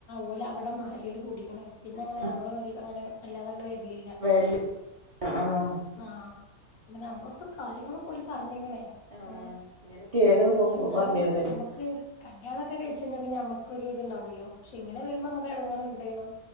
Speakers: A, on the left; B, on the right.
A: ഓല് അവടെ മഹല്ല്ല് കൂടിക്ക് ണ്. പിന്നെ അങ്ങനെ
B: ആഹ്
A: നമ്മളെ പെരീക്ക് അങ്ങനെ വല്ലാതാണ്ട് വ ര്ലില്ല.
B: വരല് ആഹ് ആഹ്
A: ആഹ്. പിന്ന നമ്മള കൂടെ കാര്യങ്ങളൊക്കെ ഓല് പർഞ്ഞ്ക്ക്ണ്.
B: ആഹ്
A: ഉം
B: ഇങ്ങനൊക്കെയാണ്ന്നൊക്കെ
A: ന്നാലും
B: പറഞ്ഞിരുന്നല്ലേ
A: നമ്മക്ക് കല്യാണം ക്കെ കഴിച്ചഴിഞ്ഞാ പിന്നെ നമ്മ ക്കൊരു ഇതുണ്ടാവൊല്ലോ. പശേ ഇങ്ങനെ വരുമ്പോ നമുക്കെരു എടങ്ങേറുണ്ടയ്നും.